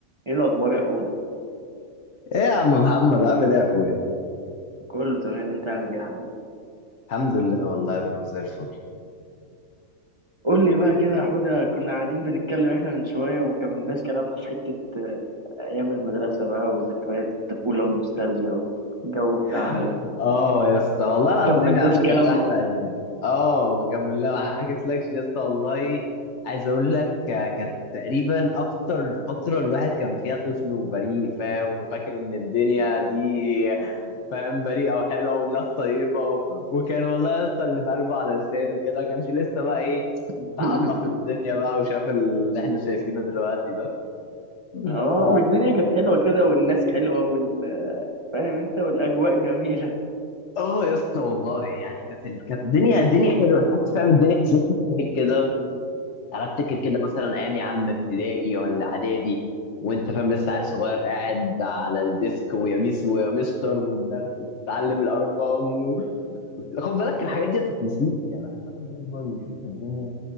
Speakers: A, on the right (about 25°); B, on the left (about 60°).
A: ايه الاخبار يا حوده
B: ايه يا عم محمد عامل ايه يا اخويا
A: كله تمام انت عامل ايه يا حبيبي
B: الحمد لله والله يا برو زي الفل
A: قول لي بقى كده يا حوده كنا قاعدين بنتكلم احنا من شويه وما كملناش كلامنا في حته آه، ايام المدرسه بقى وذكريات الطفوله والنوستالجيا والجو
B: <laughs>
A: بتاعها ده
B: اه يا اسطى والله العظيم
A: ما كملناش
B: يا عم
A: كلامنا
B: كانت احلى ايام اه ما كملنا ما حكيتلكش يا اسطى والله عايز اقول لك آه، كانت تقريبا اكتر فتره الواحد كان فيها طفل وبريء فاهم وفاكر ان الدنيا دي فاهم بريئه وحلوه والناس طيبه و... وكان والله يا اسطى اللي في قلبه على لسانه وكده ما كانش لسه بقى ايه
A: <laughs>
B: تعمق في الدنيا بقى وشاف اللي احنا شايفينه دلوقتي ده <laughs>
A: اه
B: ف
A: والدنيا كانت حلوه كده والناس حلوه وال... فاهم انت والاجواء جميله
B: اه يا اسطى والله يعني كانت ال- كانت الدنيا الدنيا حلوه تحس فاهم الدنيا كانت لسه كتير كده انا افتكر كده مثلا ايام يا عم ابتدائي ولا اعدادي وانت فاهم لسه عيل صغير قاعد على الديسك ويا ميس ويا مستر والدرس وتتعلم الارقام و... خد بالك الحاجات دي ما بتتنسيش يعني الواحد بقى لما يكبر ويشوف الدنيا